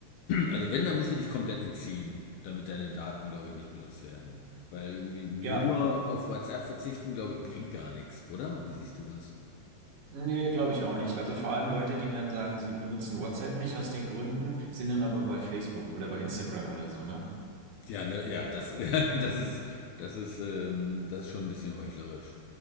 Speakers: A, on the left; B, on the right.
A: Also wenn, dann musst du dich komplett entziehen, damit deine Daten, glaube ich, nicht benutzt werden. Weil irgendwie nur
B: ja.
A: auf WhatsApp verzichten, glaube ich, bringt gar nichts, oder? Wie siehst du das?
B: Nee, glaube ich auch nicht. Also vor allem Leute, die dann sagen, sie benutzen WhatsApp nicht aus den Gründen, sind dann aber bei Facebook oder bei Instagram oder so, ne?
A: Ja, ne, ja, das, <laughs> ja, das ist, das ist, ähm, das ist schon ein bisschen heuchlerisch.